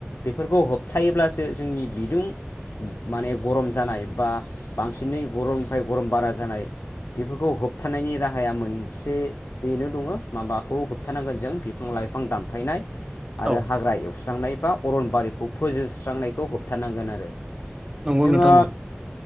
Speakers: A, on the left; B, on the right.
A: बेफोरखौ होबथायोबब्लासो जोंनि बिदुं माने गरम जानाय बा बांसिनै गरमनिफ्राय गरम बारा जानाय बेफोरखौ होबथानायनि राहाया मोनसे बेनो दङ माबाखौ होबथानांगोन जों बे बिफां लाइफां दानफायनाय आरो
B: औ
A: हाग्रा एवस्रांनाय बा अरनबारिखौ फोजोबस्रांनायखौ होबथानांगोन आरो
B: नंगौ
A: जोङो
B: नोंथां नंगौ